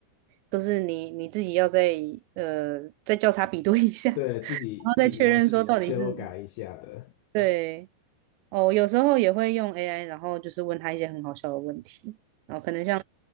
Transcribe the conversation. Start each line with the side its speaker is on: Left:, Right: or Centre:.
Right: 都是你你自己要再呃再交叉比对一下，然后再确认说到底是
Left: 对，自己自己要修改一下的。
Right: 对。哦，有时候也会用 AI，然后就是问他一些很好笑的问题，然后可能像